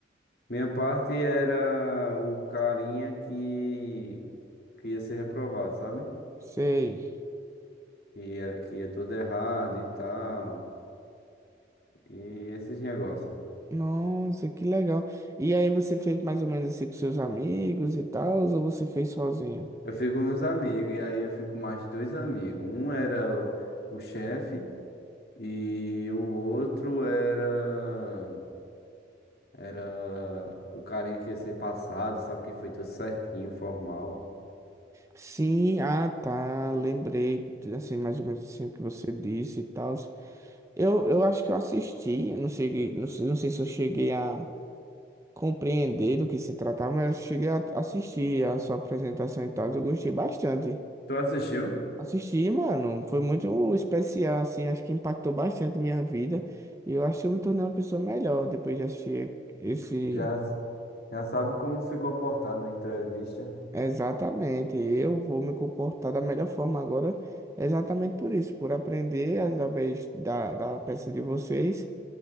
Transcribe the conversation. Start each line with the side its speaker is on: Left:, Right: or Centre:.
Left: Minha parte era o carinha que, que ia ser reprovado, sabe?
Right: Sei.
Left: Que era, que ia todo errado e tal. E esses negócios.
Right: Nossa, que legal. E aí você fez mais ou menos assim com seus amigos e tal, ou você fez sozinho?
Left: Eu fui com meus amigos, e aí eu fui com mais dois amigos. Um era o, o chefe e o outro era. Era o carinha que ia ser passado, sabe? Que foi tudo certinho, formal.
Right: Sim, ah tá, lembrei, assim, mais ou menos assim o que você disse e tal. Eu, eu acho que eu assisti, não cheguei, não sei, não sei se eu cheguei a compreender do que se tratava, mas eu cheguei a assistir a sua apresentação e tal, eu gostei bastante.
Left: Tu assistiu?
Right: Assisti, mano. Foi muito especial, assim. Acho que impactou bastante minha vida. E eu acho que eu me tornei uma pessoa melhor depois de assistir esse.
Left: Já, já sabe como se comportar na entrevista.
Right: Exatamente. Eu vou me comportar da melhor forma agora, exatamente por isso, por aprender através da, da peça de vocês